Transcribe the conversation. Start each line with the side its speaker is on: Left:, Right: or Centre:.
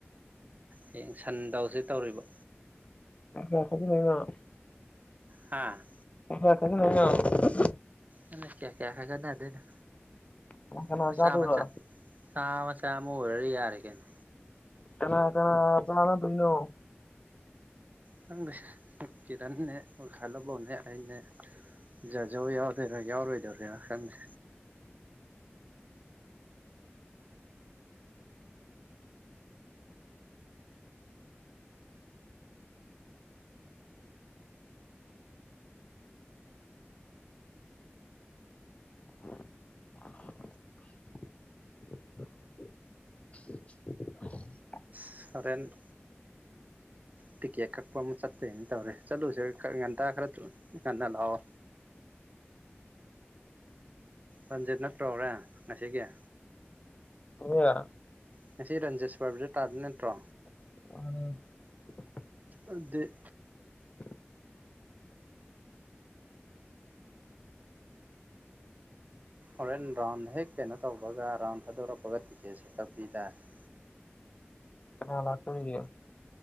Right: ꯍꯌꯦꯡ ꯁꯟ ꯇꯧꯁꯤ ꯇꯧꯔꯤꯕ꯫
Left: <unintelligible>
Right: ꯍꯥꯥ꯫
Left: <inaudible>
Right: ꯍꯟꯗꯦ ꯀꯌꯥ-ꯀꯌꯥ ꯈꯥꯏꯒꯠꯅꯗꯣꯏꯅꯣ
Left: ꯀꯅꯥ ꯀꯅꯥ
Right: ꯄ
Left: ꯆꯥꯗꯣꯏꯕ
Right: ꯆꯥꯃ ꯆ ꯆꯥꯝꯃ ꯆꯥꯝꯃ ꯑꯣꯏꯔꯖꯨ ꯌꯥꯔꯦ ꯀꯩꯅꯣ꯫
Left: ꯀꯅꯥ-ꯀꯅꯥ ꯆꯥꯅꯗꫭꯏꯅꯣ꯫
Right: ꯈꯪꯗꯦ ꯀꯤꯔꯟꯅꯦ ꯑꯣ ꯈꯜꯂꯕꯧꯅꯦ ꯑꯩꯅꯦ ꯖꯥꯖꯧ ꯌꯥꯎꯗꯣꯏꯔꯥ ꯌꯥꯎꯔꯣꯏꯗꯧꯔꯤꯔꯥ ꯈꯪꯗꯦ꯫
Left: <unintelligible> <inaudible>
Right: ꯁ ꯍꫭꯔꯦꯟ ꯇꯤꯛꯀꯦꯠ ꯀꯛꯄ ꯑꯃꯨꯛ ꯆꯠꯇꯣꯏꯅꯦ ꯇꯧꯔꯦ ꯆꯠꯂꯨꯖꯤꯔꯥ ꯈꯔ ꯉꯟꯇꯥ ꯈꯔ ꯊꯨꯅ ꯉꯟꯅ ꯂꯥꯛꯑꯣ꯫ ꯄꯟꯖꯤꯠ ꯅꯠꯇ꯭ꯔꯣꯔꯦ ꯉꯁꯤꯒꯤ꯫
Left: <inaudible>
Right: ꯉꯁꯤ ꯔꯟꯖꯦ ꯁ꯭ꯋꯥꯔꯕꯁꯨ ꯇꯥꯗ ꯅꯠꯇ꯭ꯔꯣ꯫
Left: <inaudible>
Right: ꯑꯗꯤ
Left: <unintelligible>
Right: ꯍꯣꯔꯦꯟ ꯔꯥꯎꯟ ꯍꯦꯛ ꯀꯩꯅꯣ ꯇꯧꯕꯒ ꯔꯥꯎꯟ ꯊꯥꯗꯣꯔꯛꯄꯒ ꯇꯤꯛꯀꯦꯠꯁꯦ ꯀꯛꯄꯤ ꯇꯥꯔꯦ꯫
Left: ꯀꯅꯥ ꯂꯥꯛꯇꫭꯔꯤꯒꯦ꯫